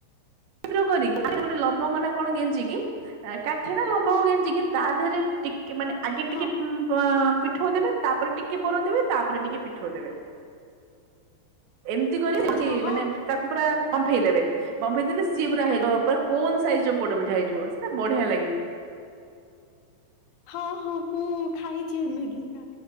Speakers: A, on the right (about 70°); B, on the left (about 80°).
A: ପି ର କରିକି ଗୋଟେ ଲବଙ୍ଗ ନା କଣ ଗେଞ୍ଜିକି କାଠି ନା ଲବଙ୍ଗ ଗେଞ୍ଜିକି ତା ଦେହରେ ଟିକି କି ମାନେ ଆଗେ ଟିକେ
B: ହଁ
A: ପଁ ପିଠୋଉ ଦେବେ ତାପରେ ଟିକେ ପୁର ଦେବେ ତାପରେ ଟିକେ ପିଠୋଉ ଦେବେ। ଏମିତି କରି
B: ଆଚ୍ଛା
A: ସେମତି
B: ହଁ
A: ମାନେ ତାକୁ ପୁରା ବମ୍ଫେଇଦେବେ ବମ୍ଫେଇ ଦେଲେ ସିଏ ପୁରା ହେଇଯିବ ପୁରା କୋନ ସାଇଜ ର ପୋଡପିଠା ହେଇଯିବ ସେଇଟା ବଢିଆ ଲାଗେ।
B: ହଁ ହଁ ମୁଁ ଖାଇଚି ଏମିତିକ